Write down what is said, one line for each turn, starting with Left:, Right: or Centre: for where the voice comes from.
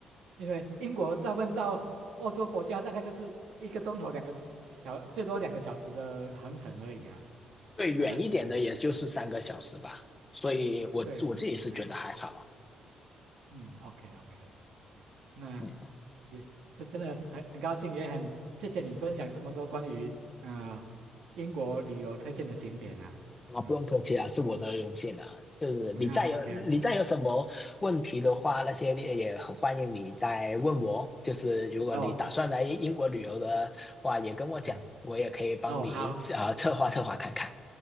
Right: 因为英国大部分到欧洲国家大概就是一个钟头两个小，最多两个小时的航程而已啊，
Left: 对，
Right: 那大概是这样，
Left: 远一点的也就是三个小时吧，
Right: 嗯
Left: 所以我我自己是觉得还好，
Right: 嗯嗯，对。嗯嗯，OK OK，嗯，那
Left: 嗯。
Right: 也是真的很很高兴，也很谢谢你分享这么多关于呃英国旅游推荐的景点啊。
Left: 啊，
Right: 嗯，
Left: 不用客气啊，是我的荣幸啊。就是你再有你再有什么问题的话，
Right: <laughs> 好，OK OK，
Left: 那些也也很欢迎你再问我。就是如果你打算来英国旅游的话，
Right: 哦，
Left: 也跟我讲，
Right: 嗯，
Left: 我也可以帮你啊、
Right: 哦，好，
Left: 呃策划策划看看。